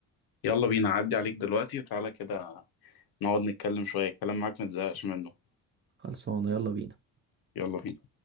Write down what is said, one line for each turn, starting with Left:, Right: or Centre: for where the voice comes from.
Left: يلا بينا عدي عليك دلوقتي وتعالى كده نقعد نتكلم شوية الكلام معاك متزهقش منه
Right: خلصانة يلا بينا
Left: يلا بينا